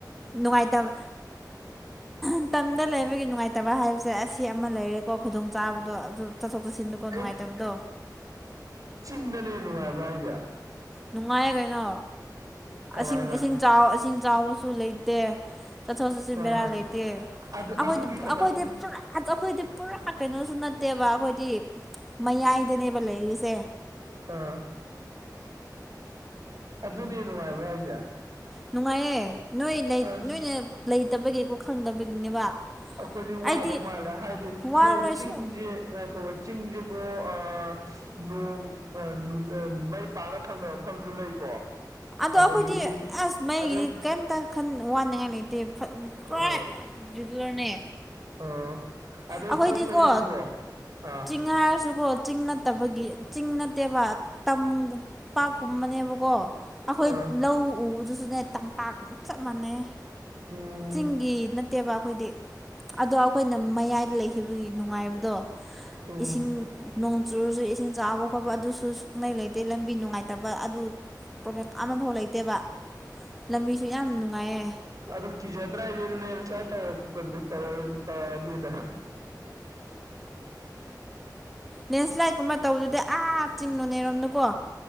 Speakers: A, in the centre; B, on the right.
A: ꯅꯨꯡꯉꯥꯏꯇꯕ ꯃꯇꯝꯗ ꯂꯩꯕꯒꯤ ꯅꯨꯡꯉꯥꯏꯇꯕ ꯍꯥꯏꯕꯁꯦ ꯑꯁꯤ ꯑꯃ ꯂꯩꯔꯦꯀꯣ ꯈꯨꯗꯣꯡ ꯆꯥꯕꯗꯣ ꯑꯗꯨ ꯆꯠꯊꯣꯛ ꯆꯠꯁꯤꯟꯗꯀꯣ ꯅꯨꯡꯉꯥꯏꯇꯕꯗꯣ
B: ꯑꯦ ꯆꯤꯡꯗꯅꯦ ꯅꯨꯡꯉꯥꯏꯕ꯭ꯔꯥ ꯑꯩꯁꯦ
A: ꯅꯨꯡꯉꯥꯏꯌꯦ ꯀꯩꯅꯣ
B: ꯀꯃꯥꯏꯅ
A: ꯏꯁꯤꯡ ꯏꯁꯤꯡ ꯆꯥꯎ ꯏꯁꯤꯡ ꯆꯥꯎꯕꯁꯨ ꯂꯩꯇꯦ ꯆꯠꯊꯣꯛ ꯆꯠꯁꯤꯟ
B: ꯑ
A: ꯕꯦꯔꯥ ꯂꯩꯇꯦ
B: ꯑꯗꯨ
A: ꯑꯩꯈꯣꯏꯗꯤ
B: ꯑꯗꯨꯒꯤ ꯈꯇꯪ
A: ꯑꯩꯈꯣꯏꯗꯤ ꯄꯨꯔꯥ ꯑꯩꯈꯣꯏꯗꯤ ꯄꯨꯔꯥ ꯀꯩꯅꯣꯁꯨ ꯅꯠꯇꯦꯕ ꯑꯩꯈꯣꯏꯗꯤ ꯃꯌꯥꯏꯗꯅꯦꯕ ꯂꯩꯔꯤꯁꯦ
B: ꯑꯥ ꯑꯗꯨꯅꯦ ꯅꯨꯡꯉꯥꯏꯕ ꯍꯥꯏꯁꯦ
A: ꯅꯨꯡꯉꯥꯏꯌꯦ ꯅꯣꯏ ꯂꯩ
B: ꯑꯁ
A: ꯅꯣꯏꯅ ꯂꯩꯇꯕꯒꯤꯀꯣ ꯈꯪꯗꯕꯒꯤꯅꯦꯕ
B: ꯑꯈꯣꯏꯗꯤ ꯋꯥꯗꯧ
A: ꯑꯩꯗꯤ
B: ꯃꯥꯜꯂꯦ ꯍꯥꯏꯗꯤ
A: ꯋꯥꯔꯣꯏ
B: ꯃꯣꯏ ꯆꯤꯡꯖ‌ꯦ
A: ꯁꯨꯡ
B: ꯉꯥꯏꯈꯣꯕ ꯆꯤꯡꯖꯦꯀꯣ ꯑꯥ ꯅꯣꯡ ꯑꯥ ꯃꯩ ꯄꯥꯛꯅ ꯐꯪꯗꯕ ꯃꯐꯝꯁꯨ ꯂꯩꯀꯣ
A: ꯑꯗꯣ
B: ꯑꯗꯒꯤꯗꯤ
A: ꯑꯩꯈꯣꯏꯗꯤ ꯑꯁ ꯃꯩꯒꯤꯗꯤ
B: ꯑꯗꯩ
A: ꯀꯝꯇ ꯈꯟ ꯋꯥꯅꯤꯡꯉꯥꯏ ꯂꯩꯇꯦ ꯐꯠ ꯄꯔꯦ
B: ꯑꯥ
A: ꯔꯤꯒꯨꯂꯔꯅꯦ
B: ꯑꯥ ꯑꯗꯩ
A: ꯑꯩꯈꯣꯏꯗꯤ
B: ꯄꯣꯠ ꯆꯩꯁꯨꯀꯣ
A: ꯀꯣ
B: ꯑꯥ
A: ꯆꯤꯡꯉꯥꯏꯔꯁꯨꯀꯣ ꯆꯤꯡ ꯅꯠꯇꯕꯒꯤ ꯆꯤꯡ ꯅꯠꯇꯦꯕ ꯇꯝ ꯄꯥꯛꯀꯨꯝꯕꯅꯦꯕꯀꯣ ꯑꯩꯈꯣꯏ
B: ꯑꯥ
A: ꯂꯧ ꯎꯕꯗꯨꯁꯨꯅꯦ ꯇꯝꯄꯥꯛ ꯆꯞ ꯃꯥꯟꯅꯩꯌꯦ
B: ꯎꯝ
A: ꯆꯤꯡꯒꯤ ꯇꯦꯕ ꯑꯩꯈꯣꯏꯗꯤ ꯑꯗꯣ ꯑꯩꯈꯣꯏꯅ ꯃꯌꯥꯏꯗ ꯂꯩꯈꯤꯕꯒꯤ ꯅꯨꯡꯉꯥꯏꯕꯗꯣ
B: ꯎꯝ
A: ꯏꯁꯤꯡ ꯅꯣꯡ ꯆꯨꯔꯁꯨ ꯏꯁꯤꯡ ꯆꯥꯎꯕ ꯈꯣꯠꯄ ꯑꯗꯨꯁꯨ ꯁꯨꯡꯂꯩ ꯂꯩꯇꯦ ꯂꯝꯕꯤ ꯅꯨꯡꯉꯥꯏꯇꯕ ꯑꯗꯨ ꯄ꯭ꯔꯣꯕꯂꯦꯝ ꯑꯃꯐꯥꯎ ꯂꯩꯇꯦꯕ ꯂꯝꯕꯤꯁꯨ ꯌꯥꯝ ꯅꯨꯡꯉꯥꯏꯌꯦ
B: ꯑꯗꯨ ꯀꯤꯖꯗ꯭ꯔꯥ ꯍꯥꯏꯁꯦ ꯂꯦꯟꯁ ꯂꯥꯏꯠ ꯇꯧꯔꯛꯄꯅꯦ ꯇꯧꯔ ꯇꯧꯔꯛꯑꯅꯤꯗ
A: ꯂꯦꯟꯁꯂꯥꯏꯠ ꯀꯨꯝꯕ ꯇꯧꯗꯨꯗꯤ ꯑꯥ ꯆꯤꯡ ꯅꯣꯅꯦꯔꯣꯝꯗꯀꯣ